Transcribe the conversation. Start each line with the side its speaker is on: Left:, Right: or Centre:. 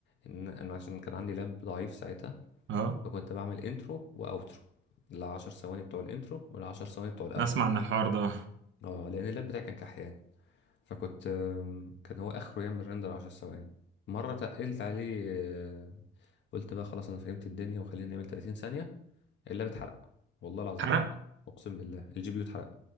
Left: إن أنا عشان كان عندي لاب ضعيف ساعتها
Right: اه
Left: فكنت بعمل انترو وأوترو العشر ثواني بتوع الانترو والعشر ثواني بتوع الأوترو
Right: نسمع عن الحوار ده
Left: اه لأن اللاب بتاعي كان كحيان فكنت آم، كان هو اخره يعمل ريندر 10 ثواني مره تقلت عليه آه، قلت بقى خلاص انا فهمت الدنيا وخلينا نعمل 30 ثانيه اللاب اتحرق والله العظيم
Right: حرق
Left: اقسم بالله الجي بي يو اتحرق